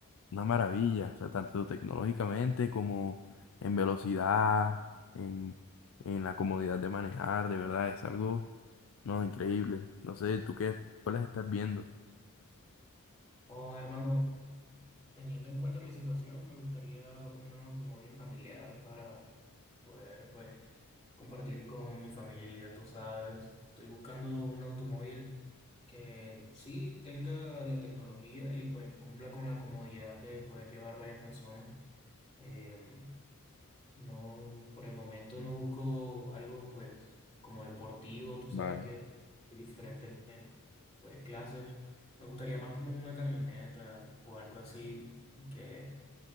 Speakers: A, on the left; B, on the left.
A: una maravilla, o sea, tanto tecnológicamente como en velocidad, en, en la comodidad de manejar, de verdad, es algo, no, increíble. No sé, ¿tú qué, cuáles estás viendo?
B: Oh, hermano. Teniendo en cuenta mi situación, me gustaría un automóvil familiar para poder, pues, compartir con mi familia, tú sabes. Estoy buscando un automóvil que sí tenga la tecnología y pues cumpla con la comodidad de poder llevar varias personas. Em, no, por el momento no busco algo, pues, como deportivo, tú sabes
A: Vale,
B: que hay diferentes, pues, clases. Me gustaría más como una camioneta o algo así que